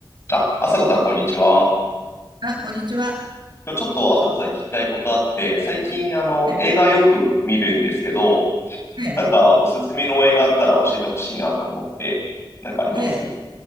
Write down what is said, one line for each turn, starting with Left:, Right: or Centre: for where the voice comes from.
Left: あ、朝子さん、こんにちは。
Right: あ、こんにちは。
Left: 今日ちょっと朝子さんに聞きたいことあって、最近、あの、
Right: ええ、
Left: 映画よく見るんですけど、
Right: ええ、
Left: なんか、おすすめの映画あったら教えてほしいなと思って、なんかあります
Right: ええ。